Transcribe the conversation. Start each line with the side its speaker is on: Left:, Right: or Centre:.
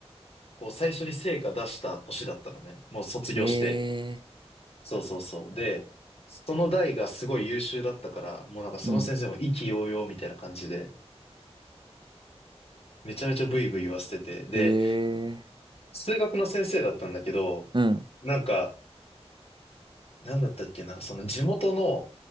Left: こう、最初に成果出した年だったのね。もう卒業して。
Right: へえ。
Left: そうそうそう。で、その代がすごい優秀だったから、もうなんかその先生も意気揚々みたいな感じで、
Right: うん。
Left: めちゃめちゃブイブイ言わせてて。で、
Right: へえ。
Left: 数学の先生だったんだけど、
Right: うん。
Left: なんか、なんだったっけな、その地元の